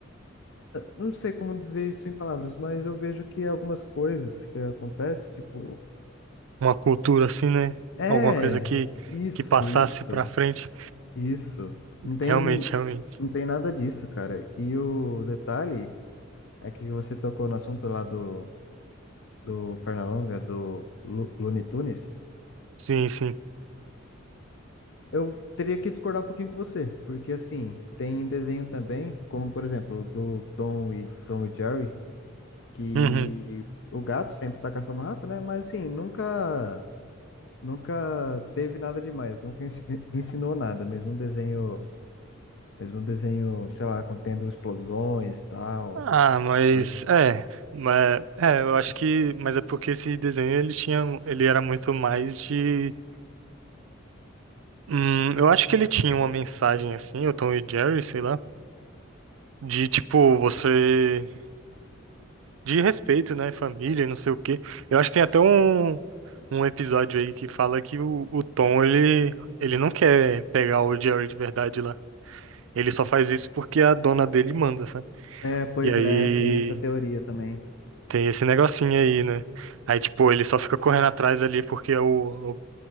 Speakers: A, on the left (about 65°); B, on the right (about 75°).
A: não sei como dizer isso em palavras, mas eu vejo que algumas coisas que acontecem, tipo,
B: uma cultura assim, né?
A: é,
B: Alguma coisa que,
A: isso,
B: que passasse
A: isso,
B: pra frente.
A: isso, não tem,
B: Realmente, realmente.
A: não tem nada disso, cara. E o detalhe é que você tocou no assunto lá do do Pernalonga, do Lu- Looney Tunes,
B: Sim, sim.
A: eu teria que discordar um pouquinho com você, porque assim, tem desenho também, como por exemplo, do Tom e, Tom e Jerry, que
B: Uhum.
A: o gato sempre tá caçando o rato, né? Mas assim, nunca nunca teve nada demais, nunca ens- ensinou nada, mesmo um desenho, mesmo um desenho, sei lá, contendo explosões, e tal,
B: Ah,
A: essas
B: mas
A: coisas.
B: é, mas é, eu acho que, mas é porque esse desenho ele tinha, ele era muito mais de, hum, eu acho que ele tinha uma mensagem assim, o Tom e Jerry, sei lá, de tipo você, de respeito, né, família, e não sei o quê. Eu acho que tem até um, um episódio aí que fala que o, o Tom ele, ele não quer pegar o Jerry de verdade lá. Ele só faz isso porque a dona dele manda, sabe?
A: É, pois
B: E aí
A: é, tem essa teoria também.
B: tem esse negocinho aí, né? Aí, tipo, ele só fica correndo atrás ali porque é o, o